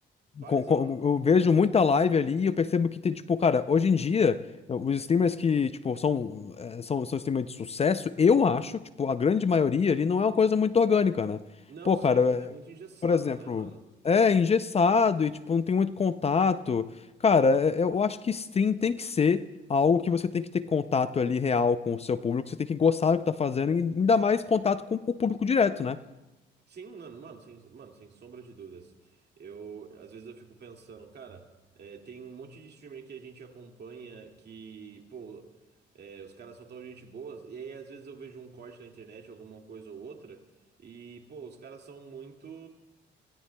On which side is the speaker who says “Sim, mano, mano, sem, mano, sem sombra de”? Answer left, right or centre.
Right